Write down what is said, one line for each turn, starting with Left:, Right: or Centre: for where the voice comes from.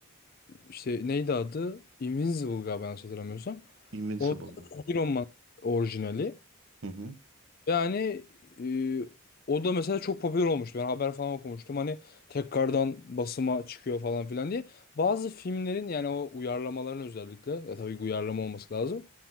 Left: işte neydi adı? Invincible galiba yanlış hatırlamıyorsam.
Right: Invincible
Left: O
Right: mı?
Left: Iron Man orijinali.
Right: Hı hı.
Left: Yani e, o da mesela çok popüler olmuştu. Ben haber falan okumuştum. Hani tekrardan basıma çıkıyor falan filan diye. Bazı filmlerin yani o uyarlamaların özellikle ya tabii ki uyarlama olması lazım.